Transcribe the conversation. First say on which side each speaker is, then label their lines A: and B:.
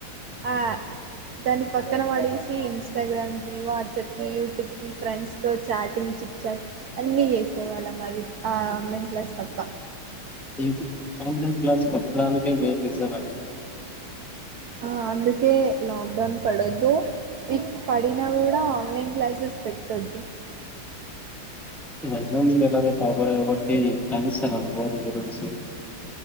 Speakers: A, on the right; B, in the centre.
A: అ దాన్ని పక్కన పడేసి ఇన్స్టాగ్రామ్ ఇ వాట్సాప్ కి యూట్యూబ్ కి ఫ్రెండ్స్ తో చాటింగ్ చిక్ చాట్ అన్ని చేసే వాళ్ళం మాది ఆ ఆన్లైన్ క్లాస్ తప్ప
B: <unintelligible> ఆన్లైన్ క్లాస్ <unintelligible> <unintelligible>
A: ఆ అందుకే లాక్డౌన్ పడొద్దు ఇఫ్ పడినా కూడా ఆన్లైన్ క్లాసెస్ పెట్టొద్దు
B: అయినా మీరు ఎలాగొ టాపర్ కాబట్టి రాసేస్తారు అనుకో <unintelligible> తెలుసు